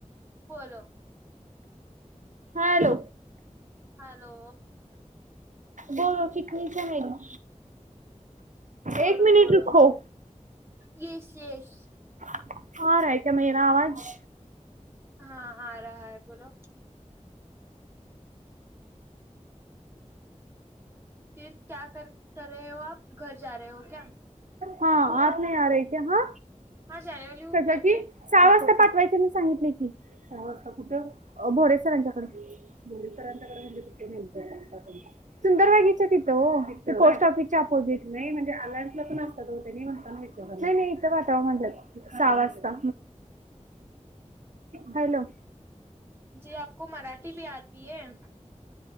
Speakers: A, on the right; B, on the right.
A: बोलो
B: हा हॅलो
A: हॅलो
B: बोलो चिकणी चमेली.
A: बोल
B: एक मिनिट
A: बोल
B: रुको
A: येस येस
B: हा राय का महि ना आवाज.
A: हा आ रहा ह बोोलो. फिर क्या कर रे हो आप घर जा र हो क्या?
B: हा आप नाही आ रे क ह
A: हाँ जाने वाली हूँ
B: कसा
A: मैं
B: की.
A: भी
B: सहा वाजता पाठवायचे मी सांगितले की सहा वाजता कुठे भोरे सर यांच्याकडे. मोरे सरांच्याकडे म्हणजे कुठं नेमकं. सुंदरबागेच्या तिथं पोस्ट ऑफिसच्या अपोजिट नाही म्हणजे, नाही इथं वातावर म्हटात सहा वाजता. हॅलो!
A: जी आपको मराठी भी आती ह.